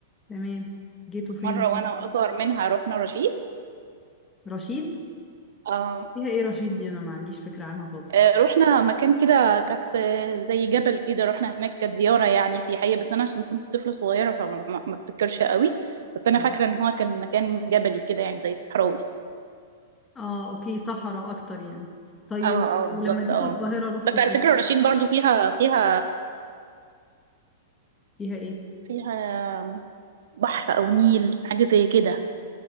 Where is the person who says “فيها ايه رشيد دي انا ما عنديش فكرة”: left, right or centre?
Left